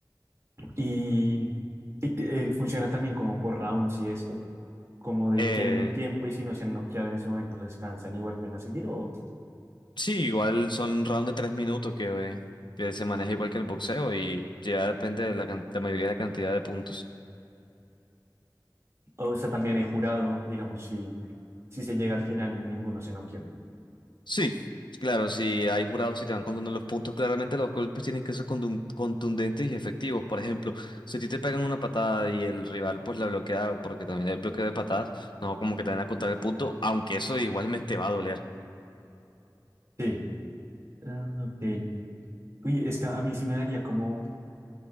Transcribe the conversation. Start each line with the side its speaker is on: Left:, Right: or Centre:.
Right: y y te- eh, funciona también como por rounds y esto. como de
Left: Eh,
Right: tienen un tiempo y si no se han noqueado en ese momento descansan y vuelven a seguir o,
Left: sí, igual son rounds de tres minutos que, eh, que se maneja igual que el boxeo y ya depende de la, can- la mayoría de la cantidad de puntos.
Right: o sea, también he jurado, digamos, si, si se llega al final y ninguno se noqueó.
Left: Sí, claro, si hay jurados y te van contando los puntos, claramente los golpes tienen que ser condun- contundentes y efectivos. Por ejemplo, si a ti te pegan una patada y el rival pues la bloquea, porque también hay bloqueo de patadas, no como que te van a contar el punto, aunque eso igualmente va a doler.
Right: Sí. Ah, ok. Uy, es que a mí sí me daría como